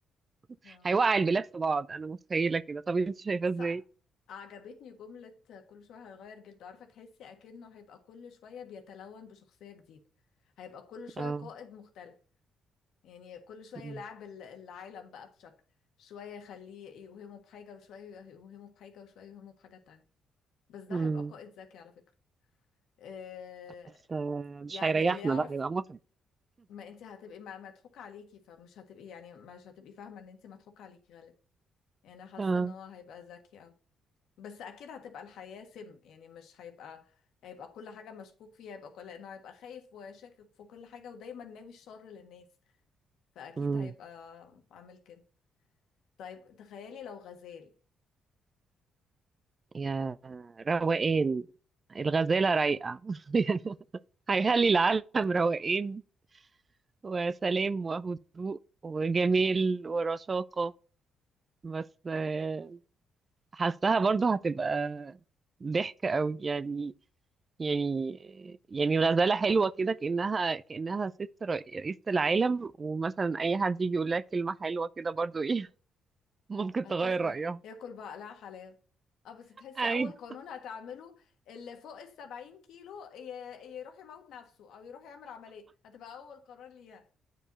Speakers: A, on the right; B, on the left.
A: <laughs>
B: اه
A: هيوقع البلاد في بعض أنا متخيلة كده طب أنت شايفاه
B: بس
A: إزاي؟
B: عجبتني جملة كل شوية هيغير جلده عارفة تحسي أكنه هيبقى كل شوية بيتلون بشخصية جديدة هيبقى كل شوية
A: اه
B: قائد مختلف يعني كل شوية
A: مم.
B: يلعب ال- العالم بقى بشكل شوية يخليه يوهمه بحاجة وشوية يوهمه بحاجة وشوية يوهمه بحاجة تانية بس ده
A: مم.
B: هيبقى قائد ذكي على فكرة آه،
A: بس آه، مش
B: يعني
A: هيريحنا
B: اللي يعرف
A: ده هيبقى متعب
B: ما انت هتبقي ما مضحوك عليكي فمش هتبقي يعني مش هتبقي فاهمة ان انت مضحوك عليكي غالبا يعني انا حاسة
A: اه
B: ان هو هيبقى ذكي أوي بس اكيد هتبقى الحياة سم يعني مش هيبقى هيبقى كل حاجة مشكوك فيها هيبقى كل لانه هيبقى خايف وشاكك في كل حاجة ودايما ناوي الشر للناس فاكيد
A: مم.
B: هيبقى عامل كده طيب تخيلي لو غزال
A: يا روقان الغزالة رايقة <laughs> هيخلي العالم روقان وسلام وهدوء وجمال ورشاقة بس آه، حاساها برضو هتبقى ضحك قوي يعني يعني يعني غزالة حلوة كده كأنها كأنها ست رئي- رئيسة العالم ومثلا أي حد يجي يقول لها كلمة حلوة كده برضو إيه <laughs> ممكن
B: هتسمع
A: تغير رأيها
B: ياكل بقى لا حلاوة اه بس تحسي
A: أيوه
B: اول قانون هتعمله اللي فوق السبعين كيلو ي- يروح يموت نفسه او يروح يعمل عملية هتبقى اول قرار ليها